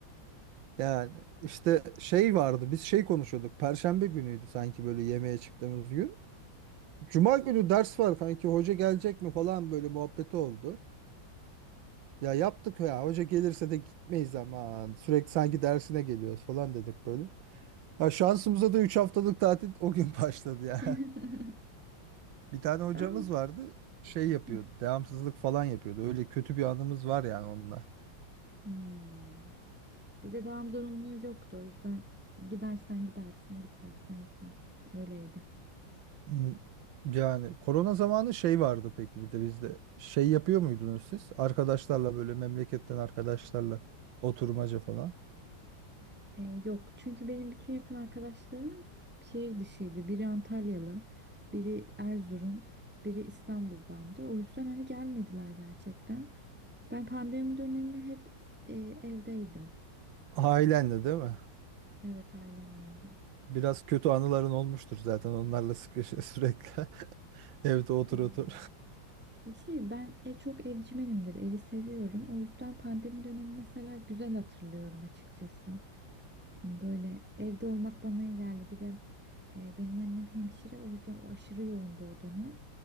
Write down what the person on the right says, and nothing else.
yani işte şey vardı biz şey konuşuyorduk. Perşembe günüydü sanki böyle yemeğe çıktığımız gün. Cuma günü ders var kanki hoca gelecek mi falan böyle muhabbeti oldu. Ya yaptık ya hoca gelirse de gitmeyiz ama sürekli sanki dersine geliyoruz falan dedik böyle. Ya şansımıza da 3 haftalık tatil o gün başladı ya.
<laughs> Bir tane hocamız
vardı. Şey yapıyordu.
Devamsızlık falan yapıyordu. Öyle kötü bir anımız var yani onunla.
Hmm. Yani korona zamanı şey vardı peki bir de bizde. Şey yapıyor muydunuz siz? Arkadaşlarla böyle memleketten arkadaşlarla oturmaca falan.
Ailenle değil mi?
Biraz kötü anıların olmuştur zaten onlarla sıkı <laughs> sürekli. <laughs> Evde otur
otur.